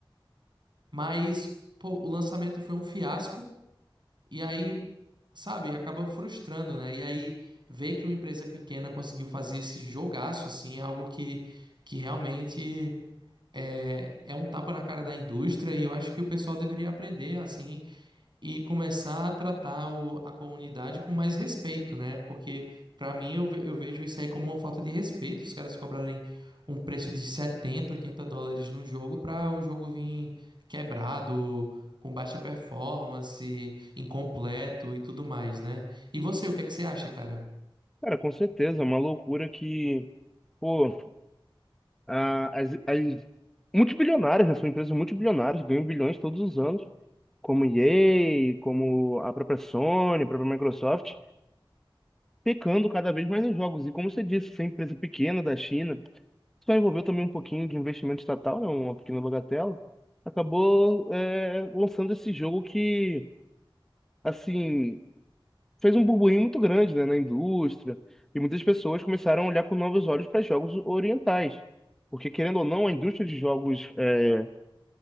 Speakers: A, on the right; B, in the centre.
A: mas pô, o lançamento foi um fiasco. E aí, sabe, acaba frustrando, né? E aí, ver que uma empresa pequena conseguiu fazer esse jogaço, assim, é algo que, que realmente é, é um tapa na cara da indústria. E eu acho que o pessoal deveria aprender, assim, e começar a tratar o- a comunidade com mais respeito, né? Porque pra mim eu, ve- eu vejo isso aí como uma falta de respeito, os caras cobrarem um preço de 70, 80 dólares num jogo pra o jogo vir quebrado, com baixa performance, incompleto e tudo mais, né? E você, o que é que você acha, cara?
B: Cara, com certeza. É uma loucura que, pô, a- as, as multibilionárias, né? São empresas multibilionárias, ganham bilhões todos os anos. Como EA, como a própria Sony, a própria Microsoft. pecando cada vez mais nos jogos. E como você disse, essa empresa pequena da China, só envolveu também um pouquinho de investimento estatal, né, uma pequena bagatela, acabou é, lançando esse jogo que, assim, fez um burburinho muito grande, né, na indústria, e muitas pessoas começaram a olhar com novos olhos para jogos orientais. Porque, querendo ou não, a indústria de jogos é,